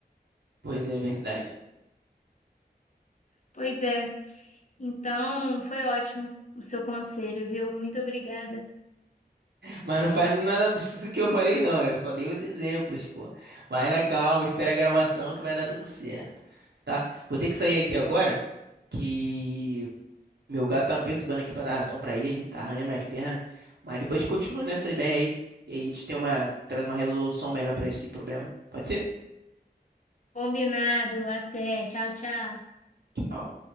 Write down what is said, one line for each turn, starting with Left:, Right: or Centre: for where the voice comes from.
Right: Pois é, é verdade.
Left: Pois é. Então, foi ótimo o seu conselho, viu? Muito obrigada.
Right: Mas não faz nada absurdo que eu falei, não. Eu só dei os exemplos, pô. Vai na calma, espera a gravação que vai dar tudo certo, tá? Vou ter que sair aqui agora, que Meu gato tá me perturbando aqui pra dar ração pra ele, tá arranhando minhas pernas. Mas depois a gente continua nessa ideia aí. E aí a gente tem uma, traz uma resolução melhor pra esse problema. Pode ser?
Left: Combinado. Até. Tchau, tchau.
Right: Tchau.